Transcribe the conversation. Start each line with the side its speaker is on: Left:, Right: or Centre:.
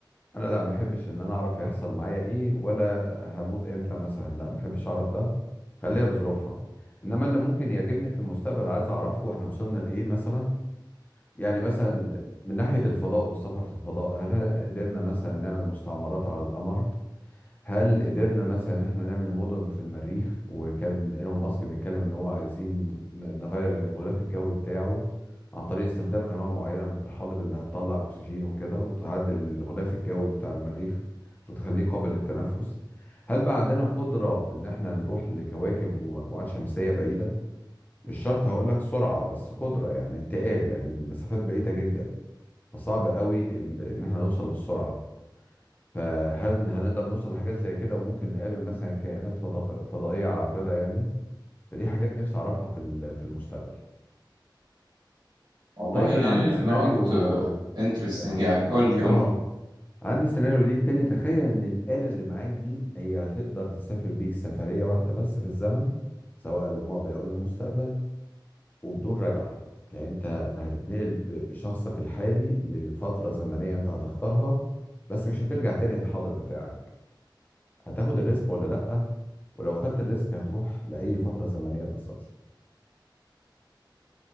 Left: انا لا ما احبش ان انا اعرف هيحصل معايا ايه ولا هموت امتى مثلا لا ما احبش اعرف ده خليها بظروفها انما اللي ممكن يعجبني في المستقبل عايز اعرفه احنا وصلنا لايه مثلا يعني مثلا من ناحية الفضاء والسفر في الفضاء هل قدرنا مثلا نعمل مستعمرات على القمر هل قدرنا مثلا ان احنا نعمل مدن في المريخ وكان ايلون ماسك بيتكلم ان هو عايزين ن- نغير الغلاف الجوي بتاعه عن طريق استخدام انواع معينه من الطحالب انها تطلع اكسجين وكده وتعدل الغلاف الجوي بتاع المريخ وتخليه قابل للتنفس هل بقى عندنا قدره ان احنا نروح لكواكب ومجموعات شمسيه بعيده مش شرط هقول لك سرعه بس قدره يعني انتقال لان يعني المسافات بعيده جدا فصعب قوي ال- ان احنا نوصل للسرعه فهل هنقدر نوصل لحاجات زي كده وممكن نقابل مثلا كائنات فضاق- فضائية عاقلة يعني فدي حاجات نفسي أعرفها في ال- في المستقبل
Right: والله
Left: طيب أنا عندي سيناريو
Right: نقط انترستنج
Left: آه
Right: يعني قول لي قول
Left: آه،
Right: لي
Left: عندي سيناريو ليك تاني تخيل إن الآلة اللي معاك دي هي هتقدر تسافر بيك سفرية واحدة بس في الزمن سواء للماضي أو للمستقبل وبدون رجعة يعني أنت هتتنقل ب- بشخصك الحالي لفترة زمنية أنت هتختارها بس مش هترجع تاني للحاضر بتاعك هتاخد الريسك ولا لأ ولو خدت الريسك هتروح لأي فترة زمنية بالظبط